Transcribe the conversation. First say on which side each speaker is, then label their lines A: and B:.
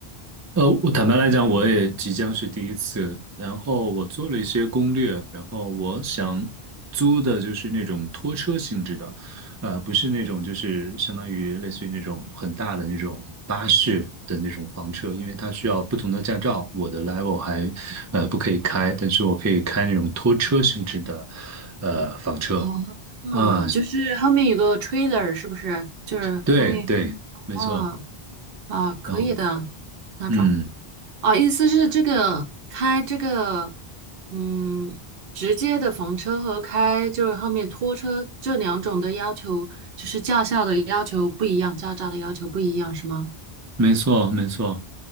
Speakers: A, on the right; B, on the right.
A: 呃，我坦白来讲，我也即将是第一次。然后我做了一些攻略，然后我想租的就是那种拖车性质的，呃，不是那种就是相当于类似于那种很大的那种巴士的那种房车，因为它需要不同的驾照，我的 level 还呃不可以开，但是我可以开那种拖车性质的呃房车。
B: 哦，
A: 啊，
B: 啊，就是后面有个 trailer，是不是？就是后面
A: 对对，没错。
B: 啊啊，可以的
A: 然后
B: 那种
A: 嗯。
B: 啊，意思是这个开这个嗯，直接的房车和开就是后面拖车这两种的要求，就是驾校的要求不一样，驾照的要求不一样，是吗？
A: 没错，没错，